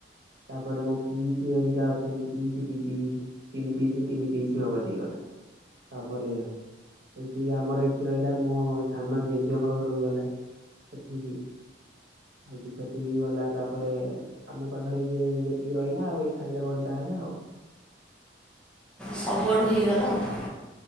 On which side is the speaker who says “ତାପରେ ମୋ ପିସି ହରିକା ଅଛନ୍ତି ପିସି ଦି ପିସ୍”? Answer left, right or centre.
Right